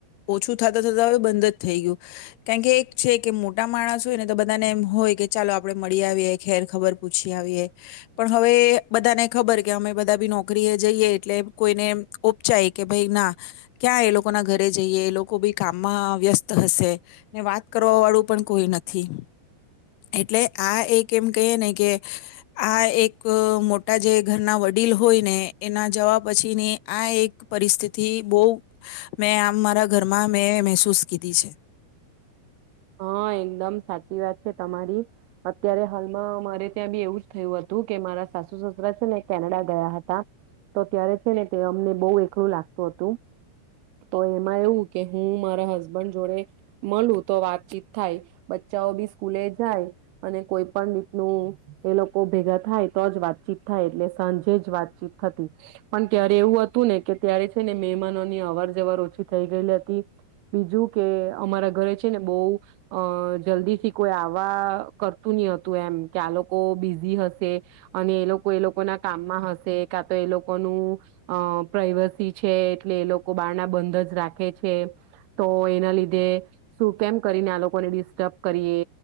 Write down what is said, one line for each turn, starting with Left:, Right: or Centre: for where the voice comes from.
Left: ઓછું થત થત હવે બંધ જ થઈ ગયું. કારણ કે એક છે કે મોટા માણસ હોય ને તો બધાને એમ હોય કે ચાલો આપણે મળી આવીએ ખેર ખબર પૂછી આવીએ પણ હવે બધાને ખબર કે અમે બધા બી નોકરી એ જઈએ એટલે કોઈને ઉપપચાય કે ભાઈ ના ક્યાં એ લોકોના ઘરે જઈએ એ લોકો બી કામમાં વ્યસ્ત હશે ને વાત કરવા વાળું પણ કોઈ નથી. એટલે આ એક એમ કહીએ ને કે આ એક મોટા જે ઘરના વડીલ હોય ને એના જવાબ પછીની આ એક પરિસ્થિતિ બહ મેં આ મારા ઘરમાં મેં મહેસૂસ કીધી છે.
Right: હા એકદમ સાચી વાત છે તમારી અત્યારે હાલમાં મારે ત્યાં બી એવું જ થયું હતું કે મારા સાસુ સસરા છે ને કેનેડા ગયા હતા તો અત્યારે છે ને અમને બહ એકરું લાગતું હતું તો એમાં એવું કે હું મારા હસબન્ડ જોડે મલૂ તો વાતચીત થાય બચ્ચાઓ બી સ્કૂલે જાય અને કોઈ પણ રીતનું એ લોકો ભેગા થાય તો જ વાતચીત થાય એટલે સાંજે જ વાતચીત થતી પણ ક્યારે એવું હતું ને કે ત્યારે છે ને મહેમાનોની અવર જવર ઓછી થઈ ગયેલી હતી બીજું કે અમારા ઘરે ને બહુ અ જલ્દીથી કોઈ આવવા કરતું નહી હતું એમ કે આ લોકો બિઝી હશે અને એ લોકો એ લોકોના કામમાં હશે કા તો એ લોકોનું અ પ્રઇવસી છે એટલે એ લોકો બાર ના બંધ જ રાખે છે તો એના લીધે શું કેમ કરીને આ લોકોને ડિસ્ટર્બ કરીએ